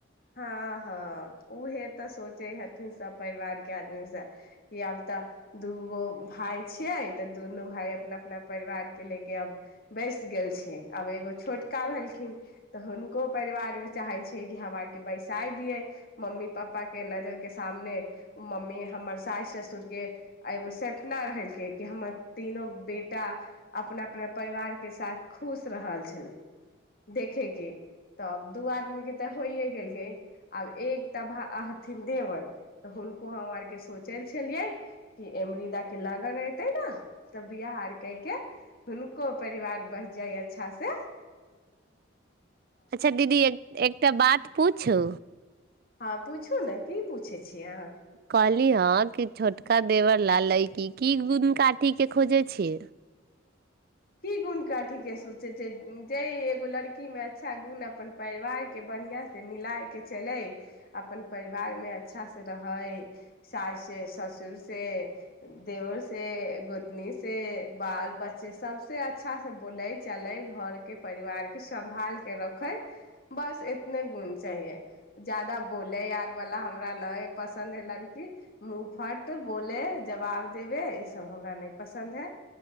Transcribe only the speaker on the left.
हँ हँ उहे तऽ सोचे हथिन सब परिवार के आदमी से कि आब तऽ दूगो भाय छिये तऽ दुनू भाय अपना अपना परिवार के लेके आब बैस गेल छिय आब एगो छोटका भेलखिन तऽ हुनको परिवार भ चाहे छै कि हम बैसा दिय मम्मी पापा के नजर के सामने मम्मी हमर सास ससुर के एगो सपना रहलकै कि हमर तीनो बेटी टा अपना अपना परिवार के साथ खुश रहल छले देखे के तब दू आदमी के तऽ होइ गेल आब एक त भ हथिन देवर तऽ हुनको हम आरके सोचल छलियै क एमरी द किललाा गनेै ते ने तब बिियाह आर कै के हुनको परिवार बस जाइ अच्छा से
हँ पूछू ने की पूछैत छिय अहाँ
किी गुणनका ठीकस छै जे जे लड़की में अच्छा गुण अपन परिवार के बढ़आं त मिलके चलै अपन परिवारमे अच्छासँ रहै सास से ससुर से देवर से गोतनी से बाल बच्चे सभसँ अच्छासँ बोलै चलै घरके परिवारके सम्भाल कऽ रखै बस इतने गुण चाहिये जादाा बोलै आरवला हमरा नहि पसन्द हइ लड़की मुूँहफट बोले जवाब देबे इसभ हमरा नहि पसन्द हइ